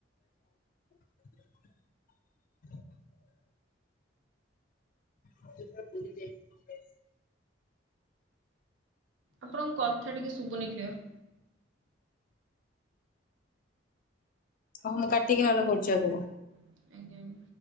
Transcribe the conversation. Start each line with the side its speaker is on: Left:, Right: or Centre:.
Left: <unintelligible> <inaudible> ପୁରୀ ଯାଇଥିଲି।
Right: ଆପଣଙ୍କ କଥା ଟିକେ ଶୁବୁନି କ୍ଲିୟର।
Left: ହଁ ମୁଁ କାଟିକି ନହେଲେ କରୁଛି ଆଉ ଥରେ।
Right: ଆଜ୍ଞା ଆଜ୍ଞା।